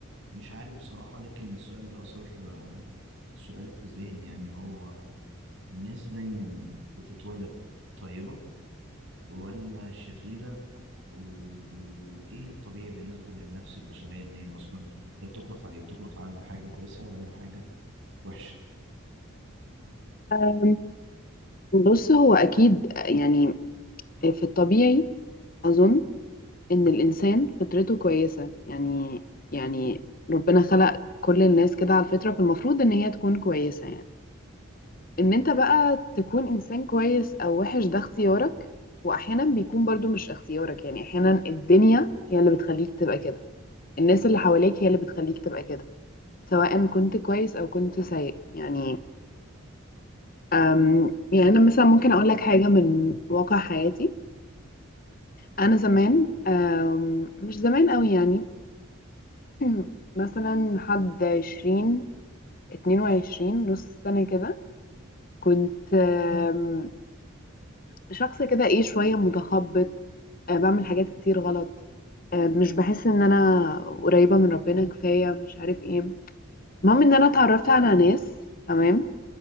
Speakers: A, on the right (about 60°); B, on the left (about 40°).
A: مش عارف بصراحة لكن السؤال ده اثار آه، سؤال في ذهني يعني هو الناس دايما بتتولد طيبة ولا شريرة و- وإيه الطبيعي بالنسبة للنفس البشرية إن هي أصلا هي بتخلق على إيه بتخلق على حاجة كويسة ولا حاجة وحشة
B: أم، بص هو أكيد يعني في الطبيعي أظن إن الإنسان فطرته كويسة يعني يعني ربنا خلق كل الناس كده على الفطرة فالمفروض إن هي تكون كويسة يعني إن أنت بقى تكون إنسان كويس أو وحش ده اختيارك وأحيانا بيكون برضو مش اختيارك يعني أحيانا الدنيا هي اللي بتخليك تبقى كده الناس اللي حواليك هي اللي بتخليك تبقى كده سواء كنت كويس أو كنت سيء يعني أم يعني أنا مثلا ممكن أقول لك حاجة من واقع حياتي انا زمان آم، مش زمان قوي يعني <clears throat> مثلا حد عشرين اتنين وعشرين نص سنة كده كنت آم، شخص كده ايه شوية متخبط آه، بعمل حاجات كتير غلط آه، مش بحس ان انا قريبة من ربنا كفاية مش عارف ايه المهم ان انا اتعرفت على ناس تمام